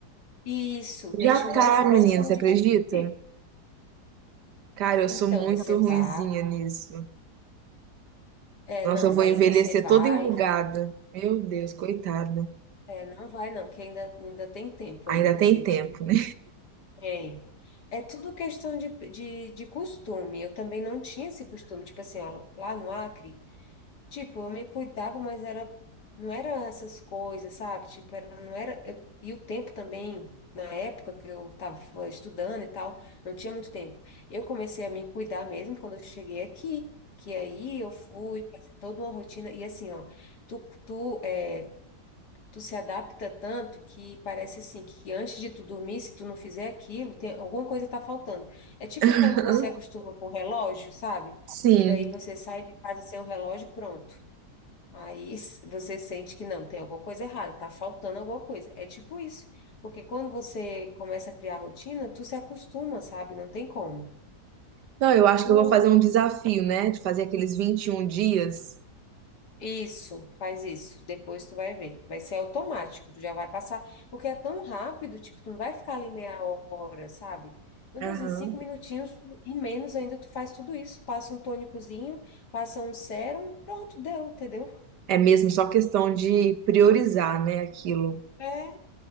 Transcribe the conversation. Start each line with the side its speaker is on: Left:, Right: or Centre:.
Left: Isso, deixa
Right: Já
Left: o mais
Right: tá,
Left: próximo
Right: menina, você
Left: de
Right: acredita?
Left: ti possível.
Right: Cara, eu
Left: Então,
Right: sou muito
Left: você vai,
Right: ruinzinha nisso.
Left: é,
Right: Nossa,
Left: não,
Right: eu vou
Left: daí
Right: envelhecer
Left: você vai,
Right: toda enrugada. Meu Deus, coitada.
Left: é, não vai não, que ainda, ainda tem tempo
Right: Ainda
Left: ainda
Right: tem
Left: de,
Right: tempo,
Left: de-
Right: né?
Left: tem. É tudo questão de, de, de costume. Eu também não tinha esse costume, tipo assim, ó, lá no Acre, Tipo, eu me cuidava, mas era, não era essas coisas, sabe? Tipo, era, não era, eu- e o tempo também, na época que eu estava estudando e tal, não tinha muito tempo. Eu comecei a me cuidar mesmo quando eu cheguei aqui, que aí eu fui fazer toda uma rotina, e assim, ó, tu, tu, é, tu se adapta tanto que parece assim, que antes de tu dormir, se tu não fizer aquilo, tem, alguma coisa tá faltando. É tipo
Right: <laughs>
Left: quando você acostuma com o relógio, sabe?
Right: Sim.
Left: Que daí você sai de casa sem o relógio, pronto. Aí s- você sente que não, tem alguma coisa errada, tá faltando alguma coisa. É tipo isso. Porque quando você começa a criar rotina, tu se acostuma, sabe? Não tem como.
Right: Não,
Left: É
Right: eu
Left: tudo
Right: acho que eu vou fazer um desafio, né? De fazer aqueles 21 dias.
Left: isso, faz isso. Depois tu vai ver. Vai ser automático, tu já vai passar. Porque é tão rápido, tipo, tu não vai ficar ali meia hora, sabe? Meu
Right: Aham.
Left: Deus, em cinco minutinhos tu- e menos ainda tu faz tudo isso. Passa um tônicozinho, passa um sérum, pronto, deu, entendeu?
Right: É mesmo só questão de priorizar, né, aquilo.
Left: É,